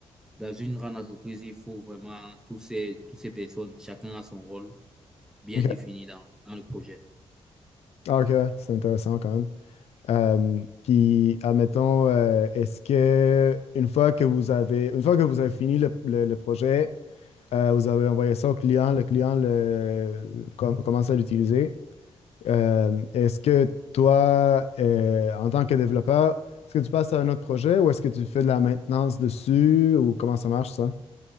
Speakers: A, in the centre; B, on the left (about 75°).
A: Dans une grande entreprise, il faut vraiment tous ces, toutes ces personnes, chacun a son rôle bien
B: OK.
A: défini dans, dans le projet.
B: Ah, OK, ouais, c'est intéressant quand même. Euh, puis, admettons, euh, est-ce que une fois que vous avez, une fois que vous avez fini le, le- le projet, euh, vous avez envoyé ça au client, le client le, com- commence à l'utiliser. euh, est-ce que toi, euh, en tant que développeur, est-ce que tu passes à un autre projet ou est-ce que tu fais de la maintenance dessus ou comment ça marche ça?